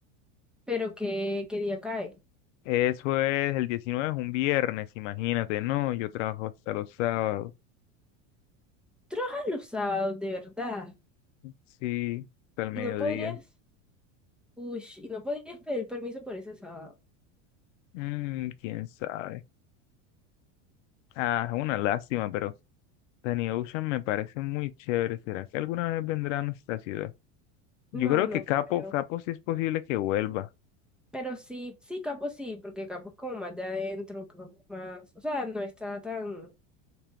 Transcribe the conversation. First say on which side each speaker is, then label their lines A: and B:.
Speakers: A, in the centre; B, on the left.
A: Pero qué, qué día cae.
B: Eso es el 19, es un viernes, imagínate, no, yo trabajo hasta los sábados,
A: Trabajas los sábados, de verdad.
B: sí, hasta el
A: Y
B: mediodía.
A: no podrías, uy, y no podrías pedir permiso por ese sábado.
B: Mm, quién sabe. Ah, es una lástima, pero Danny Ocean me parece muy chévere. ¿Será que alguna vez vendrá a nuestra ciudad? Yo
A: No,
B: creo
A: no
B: que Capo,
A: creo.
B: Capo sí es posible que vuelva.
A: Pero sí, sí, Capo sí, porque Capo es como más de adentro, como más, o sea, no está tan,